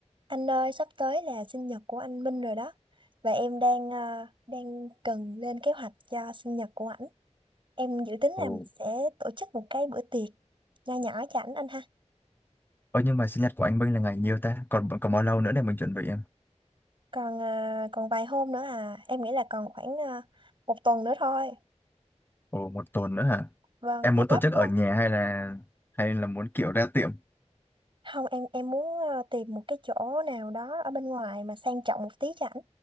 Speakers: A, on the right; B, on the left.
A: Anh ơi, sắp tới là sinh nhật của anh Minh rồi đó. Và em đang à, đang cần lên kế hoạch cho sinh nhật của ảnh. Em dự tính là
B: Ồ.
A: mình sẽ tổ chức một cái bữa tiệc nho nhỏ cho ảnh anh ha.
B: Ơ nhưng mà sinh nhật của anh Minh là ngày nhiêu ta? Còn còn bao lâu nữa để mình chuẩn bị em?
A: Còn à, còn vài hôm nữa à, em nghĩ là còn khoảng à, một tuần nữa thôi.
B: Ồ một tuần nữa hả?
A: Vâng,
B: Em
A: hơi
B: muốn
A: gấp
B: tổ chức
A: đúng
B: ở nhà hay là hay là muốn kiểu ra tiệm?
A: Không em em muốn ờ, tìm một cái chỗ nào đó ở bên ngoài mà sang trọng một tí cho ảnh.